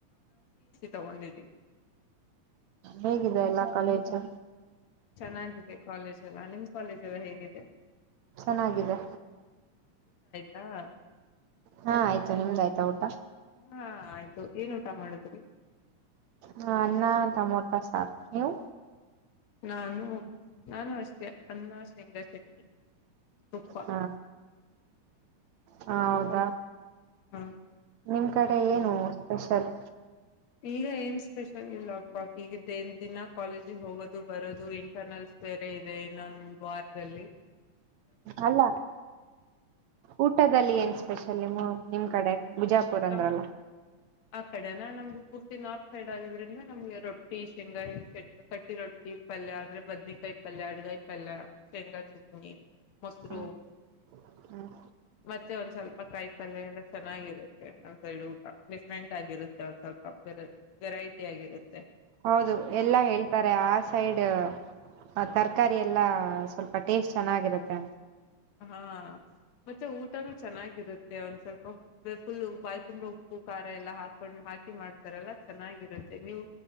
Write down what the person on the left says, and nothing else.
ತಗೊಂಡಿದಿ
ಚೆನ್ನಾಗಿದೆ ಕಾಲೇಜ್ ಎಲ್ಲ ನಿಮ್ ಕಾಲೇಜ್ ಎಲ್ಲ ಹೇಗಿದೆ
ಹಾ
ಹಾ ಆಯ್ತು ಏನ್ ಊಟ ಮಾಡುದ್ಿ
ನಾನು ನಾನು ಅಷ್ಟೇ ಅನ್ನ ಶೇಂಗ ಚಟ್ನಿ ಪ್ಪ
ಹಾ
ಈಗ ಏನ್ ಸ್ಪೆಷಲ್ ಇಲ್ಲ ಪಾಕ್ ಈಗ ದೇನ್ ದಿನ ಕಾಲೇಜ ಹೋಗೋದು ಬರೋದು ಇಂಟರ್ನಲ್ಸ್ ಬೇರೆ ಇದೆ ಇನ್ನೊಂದ ವಾರ್ದಲ್ಲಿ
ನಮ್ ಆ ಕಡೆನ ನಮ್ದು ಪೂರ್ತಿ ನಾರ್ತ್ ಸೈಡ್ ಆಗಿದ್ರಿಂದ ನಮ್ಗೆ ರೊಟ್ಟಿ ಶೇಂಗಾಯಿ ಕಟ್ಟಿ ರೊಟ್ಟಿ ಪಲ್ಯ ಅಂದ್ರೆ ಬದ್ನೇಕಾಯಿ ಪಲ್ಯ ಅಡ್ಗಾಯಿ ಪಲ್ಯ ಶೇಂಗಾ ಚಟ್ನಿ ಮೊಸರು
ಮತ್ತೆ ಒಂದ್ ಸ್ವಲ್ಪ ಕಾಯಿ ತಲೆ ಎಲ್ಲ ಚೆನ್ನಾಗಿರುತ್ತೆ ಒಂದ್ಸೈಡ್ ಊಟ ಡಿಫ್ರೆಂಟ್ ಆಗಿರುತ್ತೆ ಒಂದ್ ಸ್ವಲ್ಪ ಬ ವೆರೈಟಿ ಆಗಿರುತ್ತೆ
ಹಾ ಮತ್ತೆ ಊಟನೂ ಚೆನ್ನಾಗಿರುತ್ತೆ ಒಂದ್ ಸ್ವಲ್ಪ ಫುಲ್ ಬಾಯ ತುಂಬ್ರ ಉಪ್ಪು ಖಾರ ಎಲ್ಲ ಹಾಕೊಂಡು ಹಾಕಿ ಮಾಡ್ತಾರಲ್ಲ ಚೆನ್ನಾಗಿರುತ್ತೆ ನೀವು